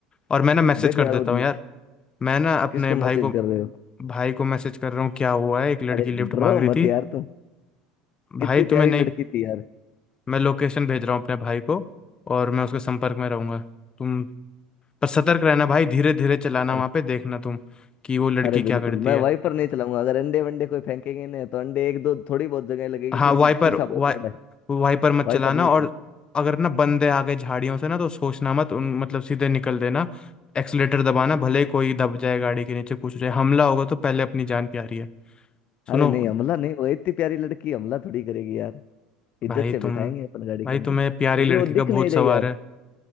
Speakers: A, on the left; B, on the left.
A: और मैं ना मैसेज
B: देखो
A: कर
B: यार
A: देता
B: वो
A: हूँ यार मैं ना अपने
B: किसको
A: भाई
B: मैसेज
A: को
B: कर रहे हो
A: भाई को मैसेज कर रहा हूँ क्या हुआ है एक लड़की
B: अरे
A: लिफ्ट
B: डरो
A: मांग रही थी
B: मत यार तुम कितनी
A: भाई तुम्हें
B: प्यारी
A: नहीं
B: लड़की थी यार
A: मैं लोकेशन भेज रहा हूँ अपने भाई को और मैं उसके संपर्क में रहूंगा तुम पर सतर्क रहना भाई धीरे धीरे चलाना
B: अरे
A: वहां पे देखना तुम कि वो लड़की
B: अरे बिल्कुल
A: क्या करती
B: मैं
A: है
B: वहीं पर नहीं चलाऊंगा अगर अंडे वंडे कोई फेंकेंगे ना तो अंडे एक दो थोड़ी बहुत जगह लगेगी
A: हाँ
B: फिर
A: वाइपर
B: भी शीशा बहुत
A: वाइ
B: बड़ा है
A: वाइपर मत
B: वहीं
A: चलाना
B: पर नहीं चल
A: और अगर ना बंदे आ गए झाड़ियों से ना तो सोचना मत उन मतलब सीधे निकल देना एक्सलेटर दबाना भले ही कोई दब जाए गाड़ी के नीचे कुछ हो जाए हमला होगा तो पहले अपनी जान प्यारी है सुनो
B: अरे नहीं हमला नहीं वो इतनी प्यारी लड़की हमला थोड़ी करेगी यार इज्जत
A: भाई
B: से बिठाएंगे
A: तुम
B: अपन गाड़ी
A: भाई
B: के अंदर
A: तुम्हें प्यारी
B: लेकिन
A: लड़की
B: वो
A: का
B: दिख नहीं
A: भूत सवार
B: रही यार
A: है